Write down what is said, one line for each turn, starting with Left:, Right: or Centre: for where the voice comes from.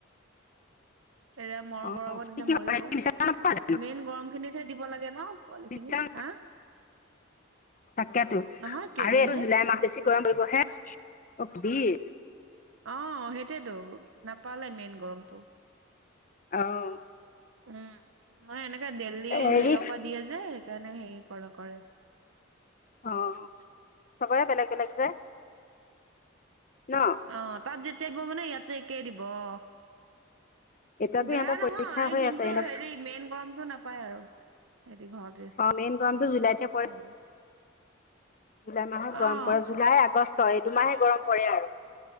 Right: তেতিয়া মৰ
Left: অ
Right: গৰম
Left: কি
Right: তেতিয়া
Left: কি
Right: মৰিব
Left: বিচনা নোপোৱা জানো
Right: মেইন গৰম খিনিতহে দিব লাগে ন পোৱালি
Left: বিচনা
Right: খিনি হা,
Left: তাকেতো
Right: নহয়, কেবিহে।
Left: আৰু এইটো জুলাই মাহ বেছি গৰম কৰিব হে অ বীৰ।
Right: অ সেইটোয়েতো নাপালে মেইন গৰমটো।
Left: আহ
Right: উম', মই এনেকে দেল্লি
Left: হেৰি
Right: হেইঅপা দিয়েযে হেইকাৰণে হেই কৰ কৰে
Left: অ চবৰে বেলেগ বেলেগ যে। ন
Right: অ তাত যেতিয়া দিব মানে ইয়াতো একেই দিব অ
Left: এতিয়াতো
Right: বেয়া
Left: সিহঁতৰ
Right: নহয়
Left: পৰীক্ষা হৈ
Right: কিন্তু
Left: আছে সিহঁতৰ
Right: হেৰি মেইন গৰমটো নাপায় আৰু। সিহঁতি ঘৰত ৰেষ্ট
Left: অ মেইন গৰমটো জুলাইতহে পৰে
Right: লবলে
Left: জুলাই মাহত গৰম
Right: অ',
Left: পৰে জুলাই, আগষ্ট। ষ্ট এইতো দুমাহে গৰম পৰে আৰু